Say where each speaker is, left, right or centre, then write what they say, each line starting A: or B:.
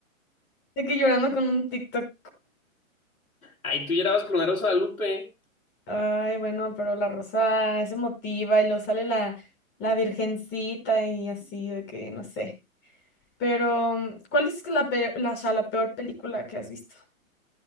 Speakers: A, on the left; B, on the left.
A: De que llorando con un TikTok.
B: Ay, tú llorabas con la Rosa de Lupe.
A: Ay, bueno, pero la rosa es emotiva y luego sale la, la virgencita y así, de que no sé. Pero, mm, ¿cuál es la, pe- la, o sea, la peor película que has visto?